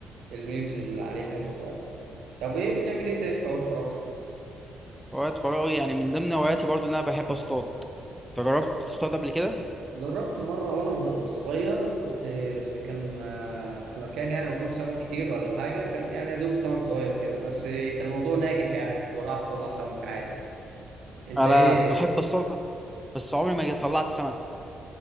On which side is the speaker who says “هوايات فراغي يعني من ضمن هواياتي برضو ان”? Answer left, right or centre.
Centre